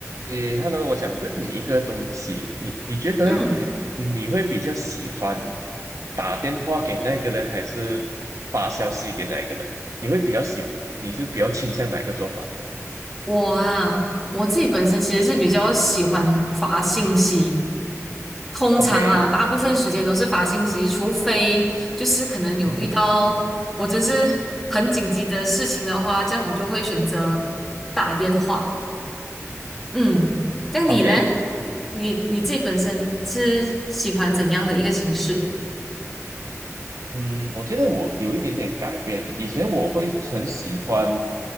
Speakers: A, on the right (about 80°); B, in the centre.
A: 诶，Hello，我想问你一个东西，你你觉得
B: 嗯，
A: 你会比较喜欢打电话给那个人，还是发消息给那一个人？你会比较喜，你是比较倾向哪一个做法
B: 我啊，我自己本身其实是比较喜欢发信息，通常啊，
A: ？OK，
B: 大部分时间都是发信息，除非就是可能有遇到我真是很紧急的事情的话，
A: 嗯哼
B: 这样我就会选择打电话。嗯，那你嘞？
A: ，OK，
B: 你你自己本身是喜欢怎样的一个形式？
A: 嗯，我觉得我有一点点改变诶。以前我会很喜欢，